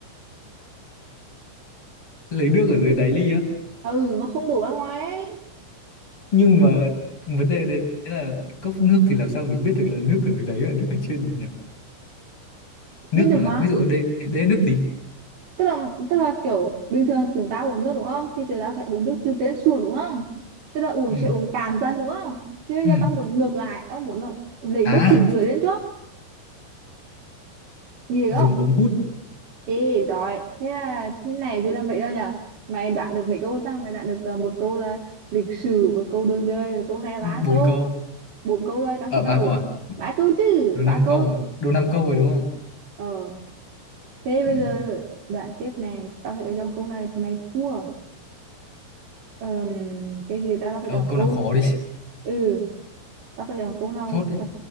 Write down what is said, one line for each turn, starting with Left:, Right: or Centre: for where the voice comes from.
Left: lấy nước ở dưới đáy ly á
Right: ừ nó không đổ ra ngoài ấy.
Left: nhưng mà vấn đề đấy là cốc nước thì làm sao mình biết được là nước ở dưới đáy là nước ở trên nhỉ nước
Right: biết được
Left: nó
Right: mà
Left: ví dụ ở đây đây là nước gì
Right: tức là tức là kiểu bình thường chúng ta uống nước đúng không thì chúng ta sẽ uống nước từ trên xuống đúng không tức là uống
Left: ừ
Right: sẽ uống cạn dần đúng không thì bây
Left: ừ
Right: giờ tao muốn ngược lại tao muốn là lấy
Left: à
Right: nước phía dưới lên trước Ghê
Left: dùng
Right: không?
Left: ống hút
Right: Ê, giỏi. Thế là thế này chứ làm mấy đâu nhở? Mày đoán được mấy câu ta? Mày đoán được ờ, một câu là lịch sử, một câu đường đời, một câu này là
Left: bốn
Right: ba câu,
Left: câu
Right: bốn câu rồi trong
Left: ở
Right: khi
Left: ba
Right: tao đủ
Left: câu à
Right: ba câu chứ,
Left: đồ năm
Right: ba câu.
Left: câu à đồ năm câu rồi đúng không
Right: Ờ, thế
Left: ừ.
Right: bây giờ đoạn tiếp này, tao phải chọn câu này mày thua. Ờm, cái gì ta tao phải
Left: ờ,
Right: chọn
Left: câu
Right: câu.
Left: nào khó đi
Right: Ừ, tao phải chọn câu nào
Left: chốt đi
Right: thật